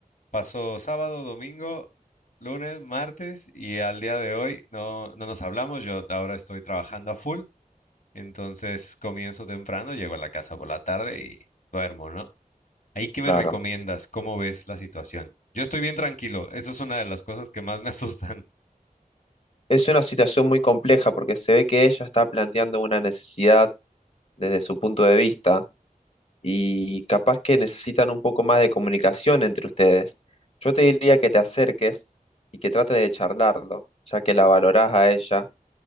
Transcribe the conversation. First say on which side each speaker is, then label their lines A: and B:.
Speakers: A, on the left; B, on the left.
A: pasó sábado, domingo, lunes, martes y al día de hoy no, no nos hablamos. Yo ahora estoy trabajando a full, entonces comienzo temprano, llego a la casa por la tarde y duermo, ¿no? ¿Ahí qué me
B: claro.
A: recomiendas? ¿Cómo ves la situación? Yo estoy bien tranquilo, eso es una de las cosas que más me <laughs> asustan.
B: Es una situación muy compleja porque se ve que ella está planteando una necesidad desde su punto de vista y capaz que necesitan un poco más de comunicación entre ustedes. Yo te diría que te acerques y que trate de charlarlo, ya que la valorás a ella